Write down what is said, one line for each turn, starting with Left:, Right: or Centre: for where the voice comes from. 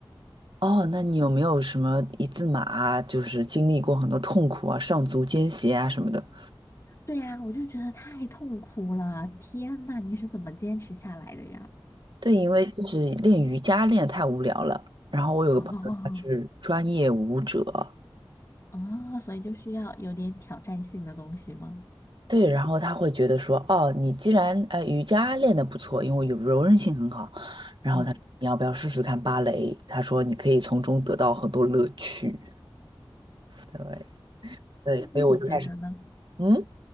Right: 哦，那你有没有什么一字马啊，就是经历过很多痛苦啊、上足尖鞋啊什么的？
Left: <laughs> 对呀，我就觉得太痛苦了。天呐，你是怎么坚持下来的呀？
Right: 对，因为就是练瑜伽练得太无聊了，然后我有个朋友他是专业舞者。
Left: 哦，哦，所以就需要有点挑战性的东西吗？
Right: 对，然后他会觉得说，哦，你既然呃瑜伽练得不错，因为有柔韧性很好，然后他说你要不要试试看芭蕾？
Left: 嗯，
Right: 他说你可以从中得到很多乐趣。对对，所以我就开始，
Left: 那你觉得呢？
Right: 嗯，